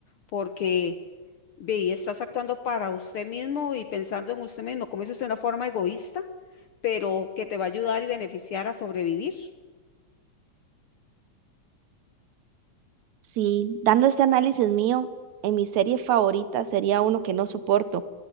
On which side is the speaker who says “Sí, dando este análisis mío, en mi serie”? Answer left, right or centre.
Right